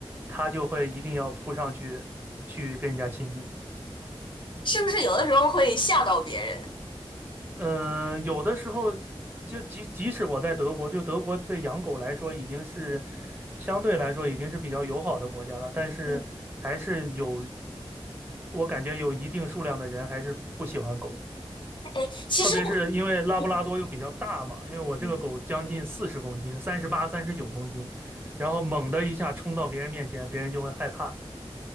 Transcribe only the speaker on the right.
他就会一定要扑上去去跟人家亲近。
嗯，呃有的时候就即即使我在德国，就德国对养狗来说已经是相对来说已经是比较友好的国家了，但是还是有，
我感觉有一定数量的人还是不喜欢狗，
特别是因为拉布拉多又比较大嘛，
因为我这个狗将近四十公斤，
三十八、三十九公斤，然后猛地一下冲到别人面前，别人就会害怕。